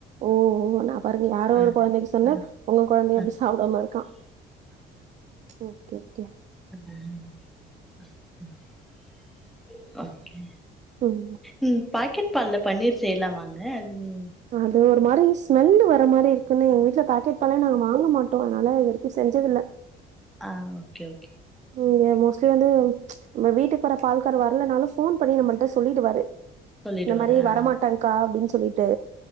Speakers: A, on the right; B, in the centre.
A: ஓ ஓ நா பாருங்க யாரோ
B: ஆ
A: ஒரு கொழந்தைக்கி சொன்ன
B: ஆ
A: உங்க கொழந்தையே
B: ஆ
A: எப்டி சாப்டாம இருக்கா ஓகே ஓகே
B: ம் ஓகே
A: ம்
B: ம் பாக்கெட் பாலல் பன்னீர் செய்லாமாங்க ம்
A: அது ஒரு மாரி ஸ்மெல்லு வர மாரி இருக்குன்னு எங் வீட்ல பாக்கெட் பாலே நாங்க வாங்க மாட்டோ அத்னால இது வரிக்கு செஞ்சதுல்ல
B: அ ஓக்கே ஓகே
A: இங்க மோஸ்ட்லி வந்து நம்ம வீட்டுக் வர பால்கார் வர்லனாலு ஃபோன் பண்ணி நம்மள்ட்ட சொல்லிடுவாரு
B: சொல்லிடுவாரு
A: இந்த மாரி
B: ஆ
A: வரமாட்டங்க்கா அப்டின் சொல்லிட்டு